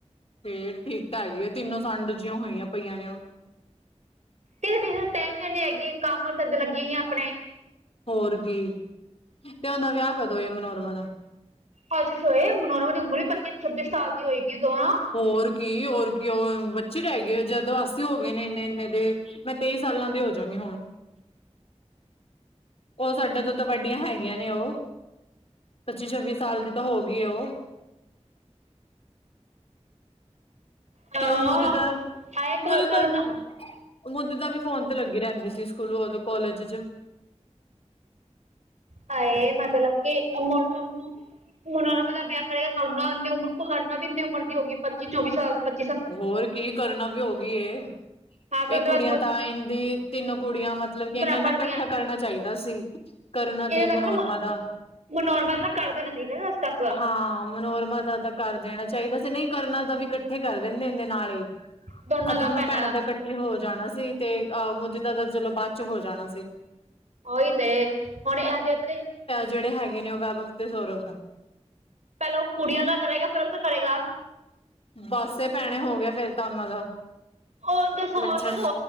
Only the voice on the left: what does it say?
ਫੇਰ ਠੀਕ ਤਾਂ ਹੈਗੀ ਆ ਤਿੰਨੋ ਸੰਡ ਜੀਆਂ ਹੋਈਆਂ ਪਈਆਂ ਨੇ ਓ।
ਹੋਰ ਕੀ ਤੇ ਓਦਾ ਵਿਆਅ ਕਦੋਂ ਏ ਮਨੋਰਮਾ ਦਾ।
ਹੋਰ ਕੀ ਹੋਰ ਕੀ ਓ ਬੱਚੀ ਰੈ ਗਈ ਜਦੋਂ ਅਸੀਂ ਹੋ ਗਏ ਨੇ ਇੰਨੇ-ਇੰਨੇ ਦੇ। ਮੈਂ ਤੇਈ ਸਾਲਾਂ ਦੀ ਹੋਜਾਂਗੀ ਹੁਨ। ਓ ਸਾਡੇ ਤੋਂ ਤਾਂ ਵੱਡੀਆਂ ਹੈਗੀਆਂ ਨੇ ਓ। ਪੱਚੀ ਛੱਬੀ ਸਾਲ ਦੀ ਤਾਂ ਹੋ ਗਈ ਓ।
ਤੇ ਓ ਮੋਦੀ ਤਾ
ਮੋਦੀ
ਤਾ ਮੋਦੀ ਦਾ ਵੀ ਫੋਨ ਤੇ ਲੱਗੀ ਰੈਂਦੀ ਸੀ ਸਕੂਲੋ ਓਦੋਂ ਕੋਲਜ ਚ।
ਹੋਰ ਕੀ ਕਰਨਾ ਵੀ ਹੋਗੀ ਏ।
ਏ
ਕੁੜੀਆਂ
ਤਾਂ ਏਨਦੀ ਤਿੰਨੋ ਕੁੜੀਆਂ ਮਤਲਬ ਕੇ
ਏਨਾਂ ਨੂੰ
ਕੱਠਾ
ਕਰਨਾ ਚਾਈਦਾ ਸੀ। ਕਰੁਨਾ
ਤੇ
ਮਨੋਰਮਾ
ਦਾ,
ਹਾਂ। ਮਨੋਰਮਾ ਦਾ ਤਾਂ ਕਰ ਦੇਨਾ ਚਾਈਦਾ ਸੀ ਨਈਂ ਕਰਨਾ ਤਾਂ ਵੀ ਕੱਠੇ ਕਰ ਦਿੰਦੇ ਇਨਦੇ ਨਾਲ ਈ।
ਆਹ ਦੋਨੋ
ਭੈਨਾਂ ਦਾ ਕੱ ਏ ਹੋ ਜਾਨਾ ਸੀ ਤੇ ਅਹ ਮੋਦੀ ਦਾ ਤਾ ਚਲੋ ਬਾਦ ਚ ਹੋ ਜਾਨਾ ਸੀ।
ਜੇੜੇ ਹੈਗੇ ਨੇ ਓ ਵੈਭਵ ਤੇ ਸੌਰਵ ਦਾ।
ਬੱਸ ਏ ਭੈਨੇ ਹੋ ਗੇਆ ਫੇਰ ਤਾਂ ਓਨਾਂ ਦਾ।
ਲੱਛਣ